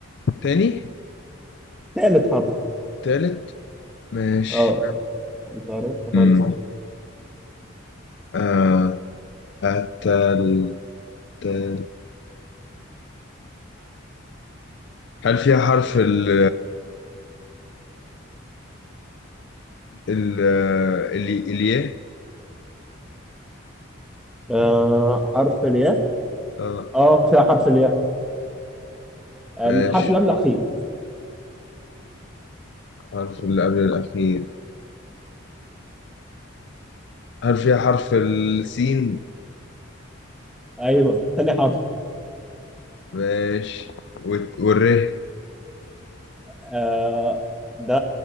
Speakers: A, on the left; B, in the centre.
A: تاني؟
B: ثالث حرف
A: تالت؟ ماشي
B: اه انت عرفت
A: مم.
B: خالص
A: آه التل تل هل فيها حرف ال ال ال- الياء؟
B: آه حرف الياء
A: آه
B: اه فيها حرف الياء الحرف
A: ماشي
B: اللي قبل الاخير
A: حرف اللي قبل الأخير هل فيها حرف السين؟
B: ايوه ثاني حرف
A: ماشي والت- والر
B: آه ده